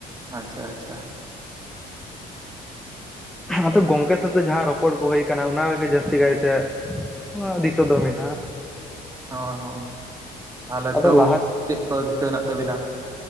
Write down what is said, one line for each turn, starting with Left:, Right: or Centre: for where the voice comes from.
Right: ᱟᱪᱪᱷᱟ, ᱟᱪᱪᱷᱟ ᱾
Centre: ᱟᱫᱚ ᱜᱚᱝᱠᱮ ᱥᱟᱣᱛᱮᱜ ᱡᱟᱦᱟᱸ ᱨᱚᱯᱚᱲ ᱠᱩ ᱦᱩᱭ ᱠᱟᱱᱟ ᱚᱱᱟ ᱜᱤ ᱡᱟᱹᱥᱛᱤ ᱠᱟᱭᱛᱮ ᱟᱸᱻ ᱫᱤᱥᱟᱹ ᱫᱚ ᱢᱤᱱᱟᱜ ᱼᱟ,
Right: ᱦᱟᱻᱦ ᱛᱟᱦᱞᱮ
Centre: ᱟᱫᱚ
Right: ᱛᱳᱹᱣ
Centre: ᱞᱟᱦᱟ
Right: ᱪᱮᱫ ᱠᱚ ᱦᱮᱱᱟ ᱛᱟᱵᱤᱱᱟ?